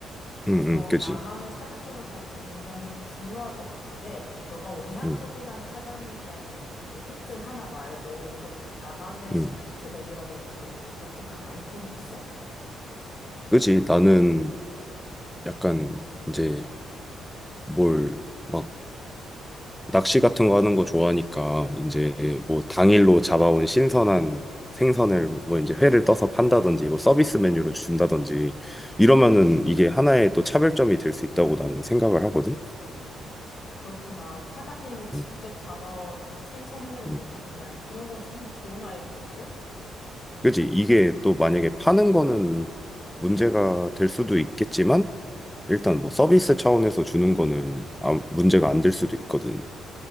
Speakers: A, on the left; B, in the centre.
A: 그래서
B: 음, 음, 그지.
A: 나만의 차별점을 갖는 게 굉장히 중요할 것 같은데, 너가 외향적이라는
B: 음,
A: 사장님이라는 그 팩트 하나 말고 좀 나만의 시그니처
B: 음,
A: 메뉴라든지 뭔가 독특한 아이템이 있어?
B: 그지. 나는 약간 이제 뭘 막 낚시 같은 거 하는 거 좋아하니까 이제 뭐 당일로 잡아온 신선한 생선을 뭐 이제 회를 떠서 판다든지 뭐 서비스 메뉴로 준다든지 이러면은 이게 하나의 또 차별점이 될 수 있다고 나는 생각을 하거든.
A: 그렇구나. 사장님이 직접
B: 음,
A: 잡아온 생선회를 먹는다니.
B: 음.
A: 그런 건 참 좋은 아이디어인데?
B: 그지? 이게 또 만약에 파는 거는 문제가 될 수도 있겠지만 일단 뭐 서비스 차원에서 주는 거는 아, 문제가 안 될 수도 있거든.